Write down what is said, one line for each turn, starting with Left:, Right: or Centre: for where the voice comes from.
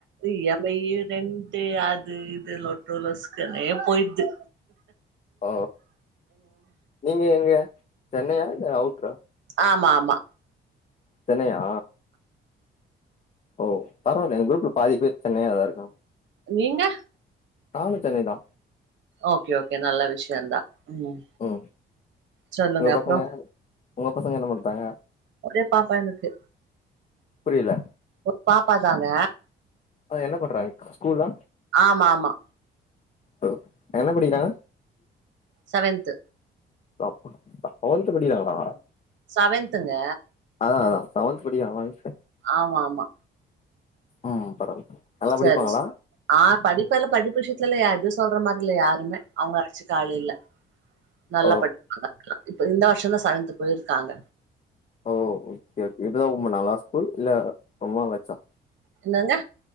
Right: இ எம் ஐயி ரெண்டு அது இது லொட்டு லொசுக்குனே போய்டுது
Left: ஓ நீங்க எங்க சென்னையா இல்ல அவுட்ரா
Right: ஆமா ஆமா
Left: சென்னையா ஓ பரவால்ல இந்த குரூப்ல பாதி பேர் சென்னையா தா இருக்காங்க
Right: நீங்க
Left: நானு சென்னைதா
Right: ஓகே ஓகே நல்ல விஷயந்தா ம்
Left: ஒ
Right: சொல்லுங்க
Left: உங்க பசங்க
Right: அப்றோ
Left: உங்க பசங்க என்ன பண்றாங்க
Right: ஒரே பாப்பா எனக்கு
Left: புரியல
Right: ஒரு பாப்பா தாங்க
Left: ஆ என்ன பண்றாங்க ஸ்கூலா
Right: ஆமா ஆமா
Left: ஓ என்ன படிக்கிறாங்க
Right: செவன்த்
Left: அப்பா டுவல்த் படிக்கிறாங்களா
Right: செவன்த்துங்க
Left: அதா அதா செவன்த் படிக்கிறாங்களானு கேட்டே
Right: ஆமா ஆமா
Left: ம் பரவால்ல நல்லா படிப்பாங்களா
Right: சரி ச ஆ படிப்பெல்லா படிப்பு விஷயத்துலெல்லா எது சொல்ற மாதிரி இல்ல யாருமே அவுங்க அடிச்சுக்க ஆள் இல்ல நல்லா
Left: ஓ
Right: படிப்பாங்க இந்த வருஷந்தா செவன்த்து போயிருக்காங்க
Left: ஓ ஓகே ஓகே இப்பதா ஒம்பன் பண்ணாங்களா ஸ்கூல் இல்ல ரொம்ப நாளாச்சா
Right: என்னங்க